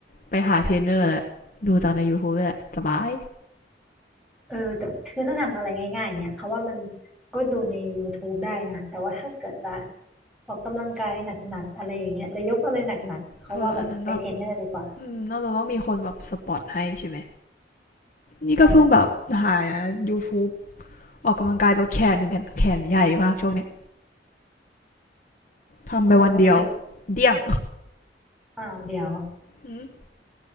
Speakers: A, on the left; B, in the centre.
A: ไปหาเทรนเนอร์แล้วดูจากใน YouTube แหละสบาย
B: เออแต่คือถ้าทำอะไรง่ายๆเนี่ยเขาว่ามันก็ดูใน YouTube ได้นะแต่ว่าถ้าเกิดจะออกกำลังกายหนักๆอะไรอย่างเงี้ยจะยกอะไรหนักๆเขาว่าแบบไปเทรนเนอร์ดีกว่า
A: เอออันนั้นแบบอืน่าจะต้องมีคนแบบสปอตให้ใช่ไหมนี่ก็เพิ่งแบบหา
B: ใช่
A: YouTube ออกกำลังกายลดแขนเหมือนกันแขนใหญ่มากช่วงเนี้ยทำไปวันเดียว
B: ออกกำลังกาย
A: เดี่ยง
B: อ้าวเดี๋ยว
A: อม